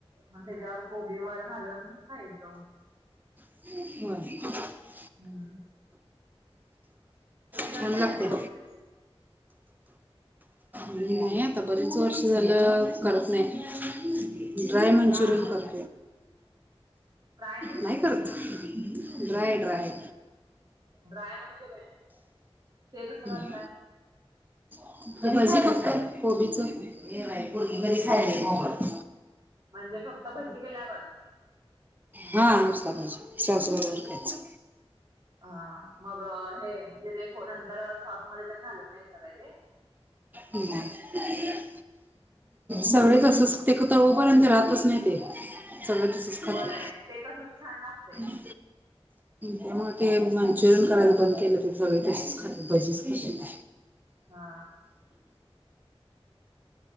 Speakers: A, on the right; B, on the right.
A: मग त्याच्यावर कोबी वर घालून खायचं.
B: <unintelligible>
A: हम्म. तुम्ही करताय
B: छान लागते
A: का नाही कोबी मन्चुरी?
B: नाही आता बरे च वर्षं झालं करत नाही, ड्राय मंचुरियन
A: का
B: कर
A: फ्राय मंचुरियन
B: नाही करत? Dry dry.
A: ड्राय मंचुरियन ते कसं करताय
B: <inaudible> <unintelligible> फक्त कोबीचं? ये बाई कोबीमध्ये सॅलड
A: म्हणजे फक्त भजी केल्यागत.
B: हा नुसता भजी सॉस बरोबर खायचं.
A: हा मग हे म्हणजे जे पोरं नंतर सॉस मध्ये घालत नाही सा का ते.
B: नाय. सगळे तसंच ते का तळूपर्यंत राहतच नाही ते सगळं तस तसेच
A: होय
B: खातात.
A: ते तसंच छान लागतय.
B: <inaudible> त्यामुळ ते मंचुरियन करायचं बंद केलं, ते सगळे तशीच खाता भजीच खात्यात.
A: हा